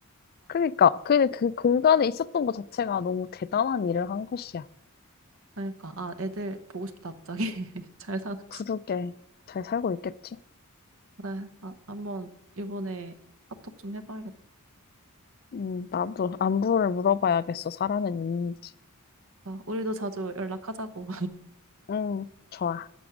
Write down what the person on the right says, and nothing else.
그러니까 아 애들 보고 싶다 갑자기 <laughs> 잘 사는지.
그래 아 한번 이번에 카톡 좀 해봐야겠다.
우리도 자주 연락하자고.